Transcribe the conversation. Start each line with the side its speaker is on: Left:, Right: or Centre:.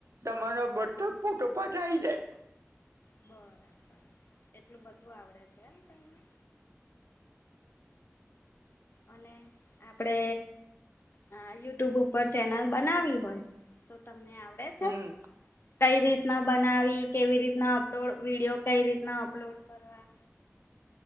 Right: તમારા બધા
Left: હા
Right: તો ફોટો પાાછા આવી જાય.
Left: બરાબર એટલું બધું આવડે છે એમ તમને. અને આપડે હા યુટ્યુબ ઉપર ચેનલ બનાવી હોય તો તમને આવ આવડે છે
Right: હમ
Left: કઈ રીતના બનાવી કેવી રીતના અપલોડ વિડીયો કઈ રીતના અપલોડ કરવા.